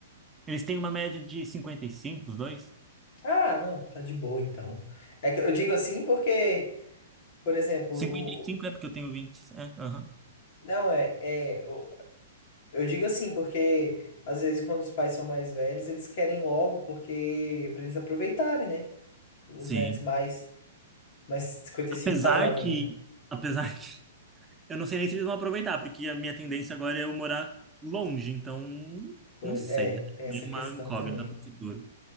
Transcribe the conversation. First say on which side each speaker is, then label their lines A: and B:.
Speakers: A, on the right; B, on the left.
A: eles têm uma média de 55 os dois?
B: Ah, não, tá de boa então. É que eu digo assim porque, por exemplo,
A: cinquenta
B: o.
A: e cinco
B: o-
A: é porque eu tenho vinte é, aham.
B: Não, é. é o- eu digo assim porque, às vezes, quando os pais são mais velhos, eles querem logo, porque. Pra eles aproveitarem, né? Os
A: Sim.
B: netos mais. Mas 55
A: Apesar
B: tá jovem
A: que,
B: ainda.
A: apesar Eu não sei nem se eles vão aproveitar, porque a minha tendência agora é eu morar longe, então
B: Foi-
A: não sei.
B: É,
A: É
B: tem essa
A: uma
B: questão
A: incógnita
B: também.
A: para o futuro.